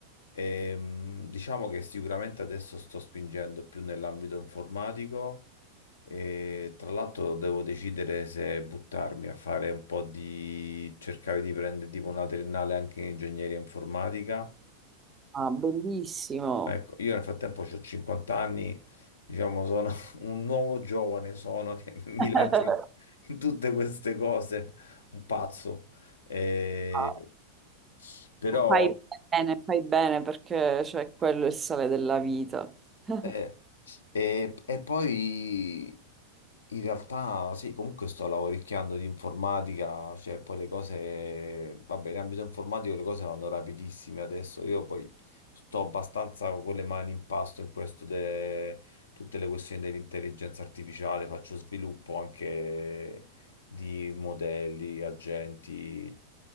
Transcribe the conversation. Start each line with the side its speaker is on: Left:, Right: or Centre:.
Left: ehm, diciamo che sicuramente adesso sto spingendo più nell'ambito informatico e tra l'altro devo decidere se buttarmi a fare un po' di... cercare di prendere tipo una triennale anche in ingegneria informatica
Right: Ah, bellissimo.
Left: Ecco, io nel frattempo ho 50 anni, diciamo, sono <laughs> un nuovo giovane, sono che <laughs> mi
Right: <laughs>
Left: lancio in tutte queste cose, un pazzo. Eh,
Right: Ah,
Left: però
Right: Fai bene, fai bene perché cioè, quello è il sale della vita. <laughs>
Left: Eh, e, e poi in realtà sì, comunque sto lavoricchiando di informatica, cioè poi le cose, vabbè, in ambito informatico le cose vanno rapidissime adesso, io poi sto abbastanza con le mani in pasto in questo de tutte le questioni dell'intelligenza artificiale, faccio sviluppo anche di modelli, agenti,